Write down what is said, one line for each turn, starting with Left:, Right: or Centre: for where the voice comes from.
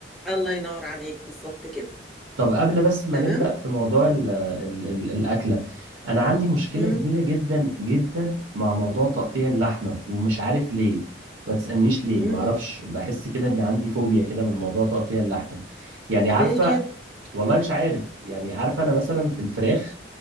Centre: الله ينور عليك بالظبط كده
Right: طب قبل بس ما
Centre: تمام؟
Right: نبدأ في موضوع
Centre: مم.
Right: ال ال ال الأكلة أنا عندي مشكلة
Centre: مم.
Right: كبيرة جدا جدا مع موضوع تقطيع اللحمة ومش عارف ليه ما تسألنيش ليه
Centre: مم.
Right: معرفش بحس كده إن عندي فوبيا كده من موضوع تقطيع اللحمة يعني
Centre: ليه
Right: عارفة
Centre: كده؟
Right: والله مش عارف يعني عارفة أنا مثلا في الفراخ